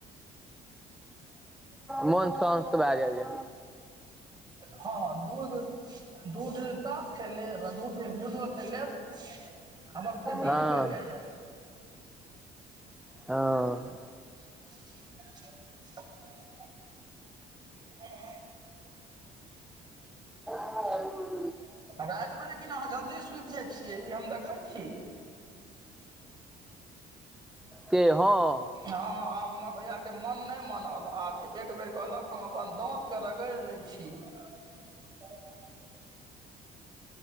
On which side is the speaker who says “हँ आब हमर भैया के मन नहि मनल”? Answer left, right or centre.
Right